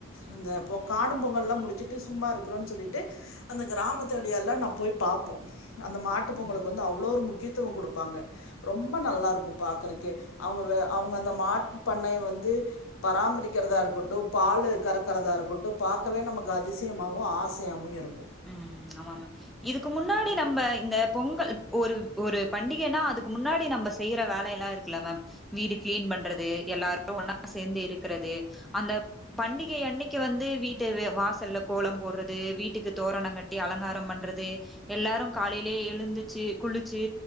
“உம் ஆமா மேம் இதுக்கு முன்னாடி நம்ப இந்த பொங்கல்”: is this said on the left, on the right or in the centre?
Centre